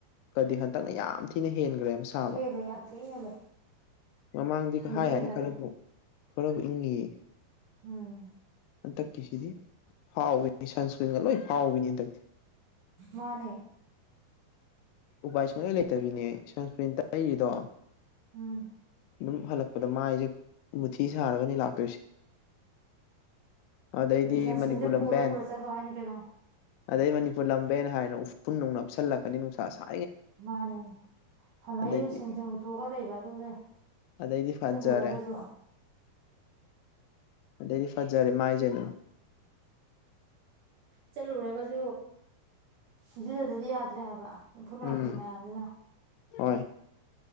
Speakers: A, on the left; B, on the right.
A: ꯀꯗꯤ ꯍꯟꯗꯛꯅ ꯌꯥꯝ ꯊꯤꯅ ꯍꯦꯟꯒ꯭ꯔꯦꯕ ꯁꯥꯕ
B: ꯍꯦꯜꯂꯦ ꯌꯥꯝ ꯊꯤ ꯍꯦꯜꯂꯦ
A: ꯃꯃꯥꯡꯗꯤ
B: ꯈꯨꯍꯦꯟꯖꯥꯠꯅꯦ
A: ꯍꯥꯏ ꯍꯥꯏꯅ ꯈꯔꯕꯨ ꯈꯔꯕꯨ ꯏꯪꯉꯤꯌꯦ
B: ꯎꯝ
A: ꯍꯟꯇꯛꯀꯤꯁꯤꯗꯤ ꯐꯥꯎꯈꯤꯅꯤ ꯁꯟꯁꯀ꯭ꯔꯤꯟꯒ ꯂꯣꯏ ꯐꯥꯎꯕꯤꯅꯤ ꯍꯟꯗꯛꯇꯤ
B: ꯃꯥꯅꯦ
A: ꯎꯄꯥꯏ ꯁꯨꯡꯂꯩ ꯂꯩꯇꯕꯤꯅꯦ ꯑꯩ ꯁꯟꯁꯀ꯭ꯔꯤꯟ ꯇꯩꯔꯤꯗꯣ
B: ꯎꯝ
A: ꯑꯗꯨꯝ ꯍꯜꯂꯛꯄꯗ ꯃꯥꯏꯁꯦ ꯃꯨꯊꯤ ꯁꯥꯔꯒꯅꯤ ꯂꯥꯛꯇꯣꯏꯁꯦ ꯑꯗꯩꯗꯤ
B: ꯁꯟꯁꯀ꯭ꯔꯤꯟꯁꯦ
A: ꯃꯅꯤꯄꯨꯔ ꯂꯝꯕꯦꯟ
B: ꯄꯨꯔ ꯄꯨꯔ ꯆꯠꯂꯣ ꯍꯥꯏꯅꯤ ꯀꯩꯅꯣ
A: ꯑꯗꯩ ꯃꯅꯤꯄꯨꯔ ꯂꯝꯕꯦꯅ ꯍꯥꯏꯔꯦꯅ ꯎꯐꯨꯟꯃꯨꯛ ꯅꯞꯁꯜꯂꯛꯀꯅꯤ ꯅꯨꯡꯁꯥ ꯁꯥ
B: ꯃꯥꯅꯦ ꯍꯜꯂꯛꯑ
A: ꯑꯗꯩꯗꯤ
B: ꯏꯔꯨ ꯁꯦꯡ ꯁꯦꯡ ꯂꯨꯊꯣꯛꯑꯒ ꯂꯩꯕ ꯑꯗꯨꯗ
A: ꯑꯗꯩꯗꯤ ꯐꯖꯔꯦ
B: ꯆꯠꯂꯨꯔꯒꯁꯨ
A: ꯑꯗꯩꯗꯤ ꯐꯖꯔꯦ ꯃꯥꯏꯁꯦ ꯑꯗꯨꯝ
B: ꯆꯠꯂꯨꯔꯒꯁꯨ ꯏꯔꯨꯖꯗ꯭ꯔꯗꯤ ꯌꯥꯗ꯭ꯔꯦ ꯍꯥꯏꯕ ꯏꯐꯨꯟ ꯋꯥꯏꯐꯨꯟ
A: ꯎꯝ
B: ꯃꯌꯥꯝꯁꯤꯅ
A: ꯍꯣꯏ